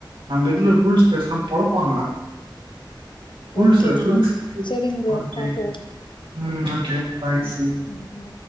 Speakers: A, on the right (about 80°); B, on the left (about 70°).
A: நம்ம இதுல ரூல்ஸ் பேசனா பொழப்பாங்க ரூல்ஸ்
B: ஓகேங் ப்ரோ
A: ரூல்ஸ்
B: சரிங் ப்ரோ
A: ஓகே
B: பாப்போ
A: ம் ஓகே பாய்
B: ம்
A: சி யூ
B: ம் பாய்.